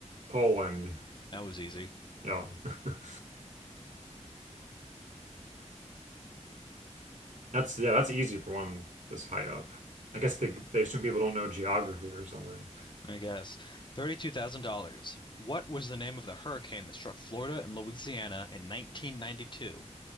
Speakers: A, on the right (about 85°); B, on the left (about 40°).
A: Poland.
B: That was easy,
A: Yeah. <laughs> That's yeah, that's easy for one this high up. I guess they they assume people don't know geography or something.
B: I guess. $32,000. What was the name of the hurricane that struck Florida and Louisiana in 1992?